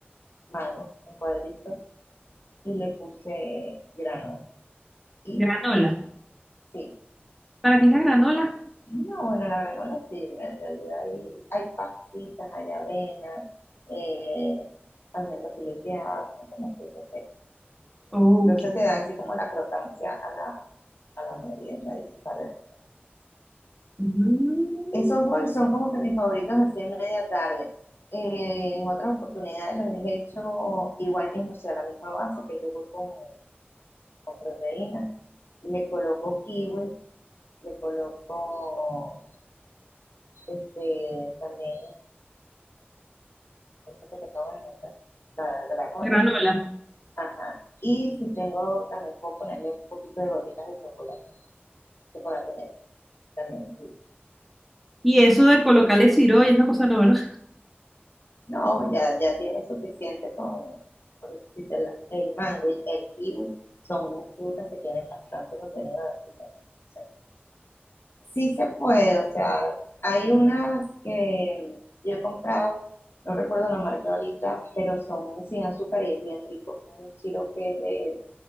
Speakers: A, on the left (about 70°); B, in the centre.
A: mango en cuadritos y le puse granola. Y
B: Granola.
A: sí,
B: ¿Para qué es la granola?
A: no, bueno, la granola es fibra en realidad. Y hay pastitas, hay avena, eh, almendras fileteadas, son como frutas secas.
B: Ok.
A: Entonces te da así como la crocancia a la, a la merienda y saber.
B: Mm.
A: Esos bowls son como que mis favoritos así en media tarde. Eh, en otras oportunidades los he hecho igual mismo, o sea, la misma base que yo voy con, con proteína le coloco kiwi, le coloco este, también esto que te acabo de nombrar, la granola.
B: Granola.
A: Ajá. Y si tengo, también puedo ponerle un poquito de gotitas de chocolate, chocolate negro también. sí.
B: Y eso de colocarle siro y esa cosa no, ¿verdad?
A: No, ya, ya tiene suficiente con, por decirte, la- el mango y el kiwi. Son frutas que tienen bastante contenido de azúcar. entonces, Sí se puede, o sea, hay unas que yo he comprado, no recuerdo la marca ahorita, pero son sin azúcar y es bien rico. Tiene un sirope que es de,